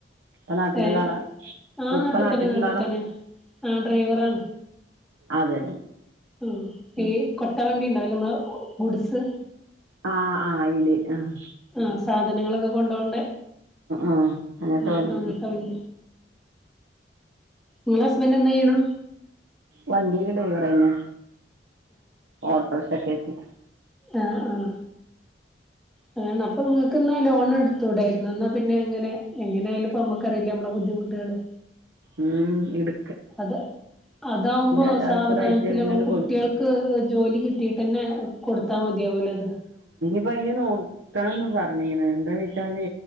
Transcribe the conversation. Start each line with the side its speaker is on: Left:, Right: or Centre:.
Right: ഉപ്പ നാട്ടിലുള്ള
Centre: ഏഹ
Right: ആളാ
Centre: ആ
Right: ഉപ്പ
Centre: നാട്ടിൽത്തന്നെ
Right: നാട്ടിലുള്ള
Centre: നാട്ടിൽത്തന്നെ
Right: ആളാ
Centre: ആ ഡ്രൈവറ ആണ്
Right: അതന്നെ
Centre: ആ
Right: ഉം
Centre: ഈ കൊട്ടവണ്ടി ഉണ്ടാവല്ലോ നമ്മളു സ <unintelligible>
Right: ആ അയില് ആഹ്
Centre: ആഹ സാധനങ്ങളൊക്കെ കൊണ്പോണ്ട
Right: ആഹ് അങ്ങനത്തെ
Centre: ആ
Right: വണ്ടി
Centre: അങ്ങനത്തെ വണ്ടി നിങ്ങള ഹസ്ബൻറ് എന്താ ചെയ്യണ
Right: വണ്ടിയില ഡ്രൈവറയിന്നെ ഓട്ടോറിക്ഷകേറ്റി
Centre: ആഹ ആഹ അതാണ് അപ്പൊ നിങ്ങക്ക്ന്നാ ലോൺ എടുത്തൂടായിരുന്നു എന്നാ പിന്നെ എങ്ങനെ എങ്ങനെയാല ഇപ്പ നമ്മക്കറിയില്ല നമ്മള ബുദ്ധിമുട്ടുകള്
Right: ഉം ഇട്
Centre: അത് അതാവുമ്പോ
Right: എല്ലാരും
Centre: സാവധാനത്തില്ൽ
Right: കൂടെ ആയിട്ട് അങ്ങനെയണ്ട്
Centre: നമ്മള് കുട്ടികൾക്ക്
Right: കൊടുത്തു
Centre: ജോലി കിട്ടിയിട്ട് തന്നെ കൊടുത്താൽ മതിയ ഓലത്
Right: അപ്പൊ അതിനെ നോക്കണംന്ന് പറഞ്ഞന്ന് എന്താന്ന് വെച്ചാല്